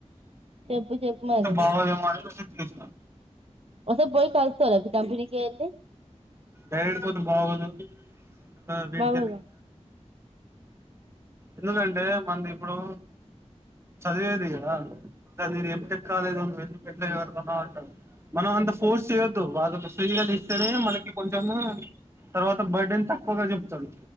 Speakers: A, on the right (about 55°); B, on the right (about 20°).
A: చెప్పు చెప్పు మరి
B: బాగోదేమో అని మెసేజ్ చేసినా
A: ఒసారి పోయి కలుసుకో కంపెనీ <unintelligible>
B: డైరెక్ట్ పోతే బాగోదు <unintelligible>
A: బాగోదా
B: ఎందుకంటే మన ఇప్పుడు చదివేది కదా ఎంటెక్ కాలేజ్ పెట్టలేదు కదా మనం అంత ఫోర్స్ చేయొద్దు వాళ్ళకి <unintelligible> మనకి <unintelligible> తర్వాత బర్డెన్ తక్కువగా చెప్తారు